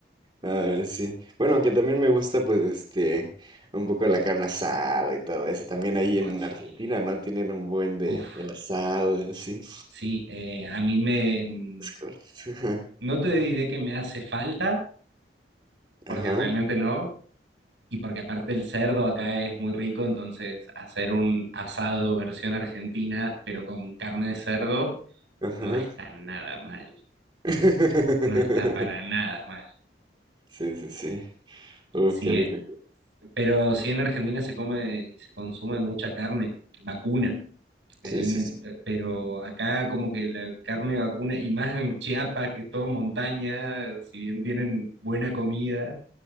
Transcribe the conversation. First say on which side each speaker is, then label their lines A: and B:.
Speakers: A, on the right; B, on the right.
A: Ah, sí. Bueno, aunque también me gusta, pues, este, un poco la carne asada y todo eso. También ahí
B: Ay,
A: en
B: sí.
A: Argentina, ¿no? Tienen un buen de
B: Uf,
A: el asado y así.
B: sí, eh, a mí me... mm,
A: Los cortes. <laughs>
B: No te diré que me hace falta, porque
A: Ajá,
B: realmente no, y porque aparte el cerdo acá es muy rico, entonces hacer un asado versión argentina, pero con carne de cerdo,
A: ajá.
B: no está nada mal.
A: ajá.
B: No está para nada
A: <laughs>
B: mal.
A: Sí, sí, sí. Uf,
B: Sí,
A: qué rico.
B: Pero sí en Argentina se come y se consume mucha carne vacuna. que
A: Sí,
B: hay
A: sí,
B: mu-
A: sí.
B: eh, pero acá como que la carne vacuna, y más en Chiapas, que es todo montaña, si bien tienen buena comida,